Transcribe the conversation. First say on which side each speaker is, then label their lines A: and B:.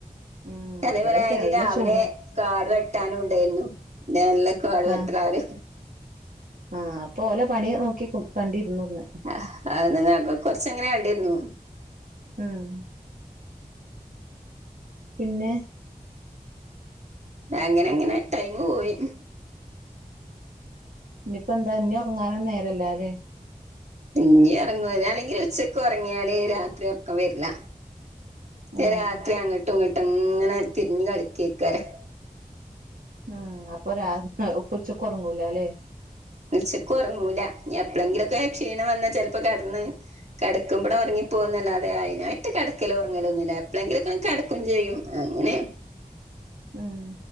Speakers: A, on the right; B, on the right.
A: ഉം
B: അതേപോലെ
A: ഇവിടെയൊക്കെ
B: ഒരു
A: നല്ല
B: രാവിലെ
A: ചൂടാ
B: കാട് വെട്ടാനും ഉണ്ടായിരുന്നു നല്ല കാട് വെട്ടരാ
A: ആഹ്
B: അവര്
A: ആഹ് അപ്പോ ഓലെ പണി നോക്കി കണ്ടിരുന്നു ഇന്ന്
B: ആഹ് അതിനൊക്കെ കൊറച്ച് ഇങ്ങനെ കണ്ടിരുന്നു
A: ഉം പിന്നെ
B: അങ്ങനെ ഇങ്ങനെ ടൈമ് പോയി
A: ഇനിയിപ്പൊ എന്താ ഇനി ഒറങ്ങാനൊന്നും നേരല്ലാല്ലേ
B: ഇഞ്ഞി ഒറങ്ങുലാ അല്ലെങ്കിലും ഉച്ചക്ക് ഒറങ്ങിയാല് രാത്രി ഒർക്കം വെര്ല്ല പിന്നെ
A: ആഹ്
B: രാത്രി അങ്ങട്ടും ഇങ്ങട്ടുംങ്ങനെ തിരിഞ്ഞ് കളിക്കേയ്ക്കാരം
A: ആഹ് അപ്പൊ രാ ഉപ്പൊ ഉച്ചക്കൊറങ്ങൂലാല്ലേ
B: ഉച്ചക്കൊറങ്ങൂല ഇഞ് എപ്പ്ളെങ്കിലൊക്കെ ക്ഷീണം വന്ന ചെൽപ്പൊ കെടന്ന് കെടക്കുമ്പട് ഒറങ്ങിപ്പോവുന്നല്ലാതെ അയ്നായിട്ട് കെടക്കലും ഒറങ്ങലൊന്നുല്ല എപ്പ്ളെങ്കിലൊക്കാണ് കെടക്കും ചെയ്യും. അങ്ങനെ
A: ഉം